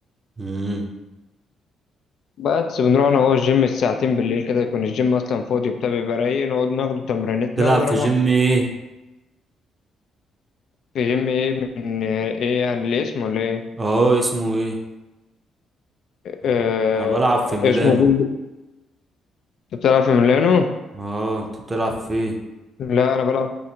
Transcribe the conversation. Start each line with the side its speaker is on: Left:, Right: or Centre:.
Right: مم.
Left: بس بنروح انا هو الجيم الساعتين بالليل كده يكون الجيم اصلا فاضي وبتاع بيبقى رايق نقعد ناخد تمرينتنا
Right: تلعب
Left: ونروح
Right: في جيم ايه
Left: في جيم ايه من ايه يعني ليه اسمه ولا ايه
Right: اه اسمه ايه آه،
Left: آه
Right: انا بلعب في ميلانو
Left: اسمه جولد انت بتلعب في ميلانو
Right: اه انت بتلعب في ايه
Left: لا انا بلعب